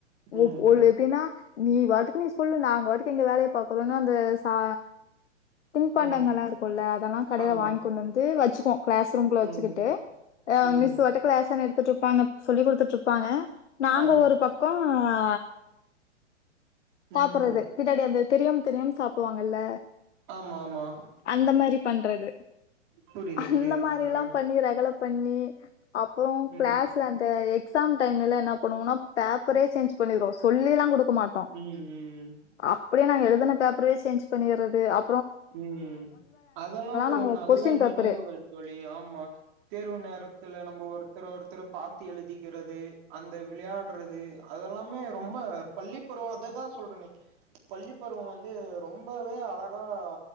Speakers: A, on the right; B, on the left.
A: ம்
B: ஓ
A: ம்
B: ஓல் எப்டின்னா நீ வாட்டுக்கு நீ சொல்லு நாங்க வாட்டுக்கு எங்க வேலய பாக்குறோன்னு அந்த சா தின்பண்டங்கள்ளா
A: ம்
B: இருக்குல்ல அதெல்லா கடேல
A: ஆமா
B: வாங்கி கொண்டு வந்து வச்சிக்குவோ கிளாஸ் ரூம்லகுள்ள வச்சிக்கிட்
A: ம்
B: ஆ
A: ம்
B: மிஸ் வாட்டுக்கு லெசன் எடுத்துட்டிருப்பாங்க சொல்லி் குடுத்துட்டு இருப்பாங்க நாங்க
A: ஆ
B: ஒரு பக்கோ ஆ சாப்றது
A: ம்
B: பின்னாடி அந்த தெரியாம தெரியாம சாப்டுவாங்கல்ல
A: ஆமா ஆமா
B: அந்த மாரி பண்றது
A: புரியுது
B: அந்த
A: புரியுதுங்க
B: மாரில்லா
A: தோழி
B: பண்ணி ரகள பண்ணி அப்றோ
A: ம்
B: கிளாஸ்ல அந்த எக்ஸாம் டைம்லல்லா என்னா பண்ணுவோனா பேப்பரயே சேஞ்ச் பண்ணிருவோ சொல்லில்லா குடுக்க மாட்டோ
A: ம் ம்
B: அப்டியே நாங்க எழுதுன பேப்பறவே சேஞ்ச் பண்ணிர்றது அ
A: ம் அதல்லா ஒரு
B: நாங்க
A: நல்ல
B: கொஸ்டின்
A: நினைவுகள்
B: பேப்பரு
A: தோழி ஆ ம்மா தேர்வு நேரத்துல நம்ப ஒருத்தர ஒருத்தரு பாத்து எழுதிக்கிறது அந்த விளையாட்றது அதெல்லாமே ரொம்ப பள்ளி பருவோ அததா சொல்றனே பள்ளி பருவோ வந்து ரொம்பவே அழகா ஆ